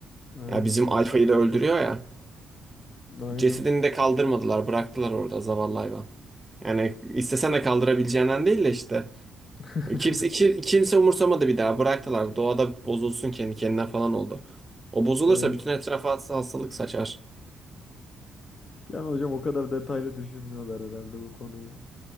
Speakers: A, on the left; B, on the right.
A: evet
B: Ya bizim alfayı da öldürüyor ya.
A: aynen
B: Cesedini de kaldırmadılar, bıraktılar orada zavallı hayvan. Yani istesen de kaldırabileceğinden değil de işte.
A: <laughs>
B: Kimse, ki- kimse umursamadı bir daha. Bıraktılar. Doğada bozulsun kendi kendine falan oldu. O bozulursa
A: evet.
B: bütün etrafa has- hastalık saçar.
A: Yani hocam o kadar detaylı düşünmüyorlar herhalde bu konuyu.